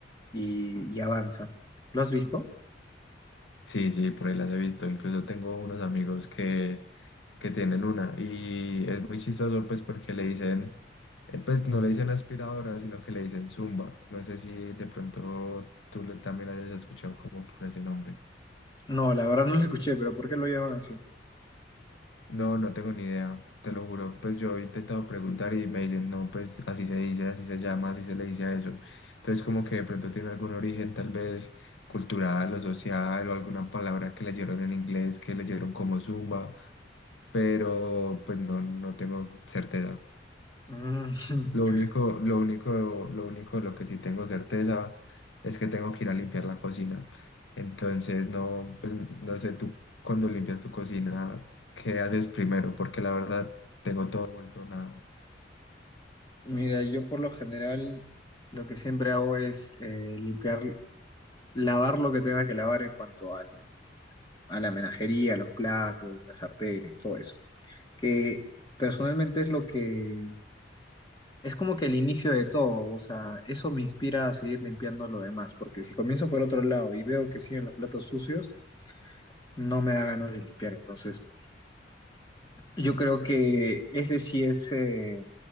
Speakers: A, on the left (about 25°); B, on the left (about 85°).
A: y, y avanza. ¿Lo has visto?
B: Sí, sí, por ahí las he visto. Incluso tengo unos amigos que, que tienen una y es muy chistoso pues porque le dicen, eh, pues no le dicen aspiradora, sino que le dicen zumba. No sé si de pronto tú le- también la hayas escuchado como por ese nombre.
A: No, la verdad no lo escuché, pero ¿por qué lo llaman así?
B: No, no tengo ni idea, te lo juro. Pues yo he intentado preguntar y me dicen, no, pues así se dice, así se llama, así se le dice a eso. Entonces como que de pronto tiene algún origen tal vez cultural o social o alguna palabra que leyeron en inglés, que leyeron como zumba. pero pues no, no tengo certeza.
A: Mm,
B: Lo
A: <laughs>
B: único, lo único, lo único, de lo que sí tengo certeza es que tengo que ir a limpiar la cocina. Entonces, no, pues, no sé, tú cuando limpias tu cocina, ¿qué haces primero? Porque la verdad, todo ha vuelto nada.
A: Mira, yo por lo general lo que siempre hago es eh, limpiar, lavar lo que tenga que lavar en cuanto al, a la menajería, los platos, las sartenes, todo eso. Que personalmente es lo que es como que el inicio de todo, o sea, eso me inspira a seguir limpiando lo demás, porque si comienzo por otro lado y veo que siguen los platos sucios, no me da ganas de limpiar, entonces Yo creo que ese sí es eh,